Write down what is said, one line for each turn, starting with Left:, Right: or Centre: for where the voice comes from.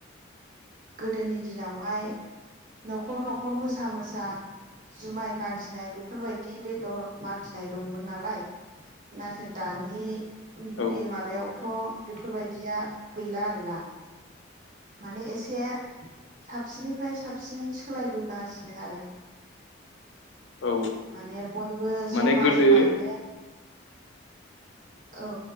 Right: गोदोनि दिनावहाय नखर नखर मोसा मोसा जुमाय मागिनाय बेफोरबायदि बेदर मागिनाय दंमोन नालाय नाथाय दानि
Left: औ
Right: बे माबायावथ' बेफोरबायदिया गैला आरोना माने एसे साबसिननिफ्राय साबसिन सोलायबोगासिनो आरो
Left: औ
Right: माने बयबो
Left: माने
Right: जमा
Left: गोदो
Right: जमायैनो औ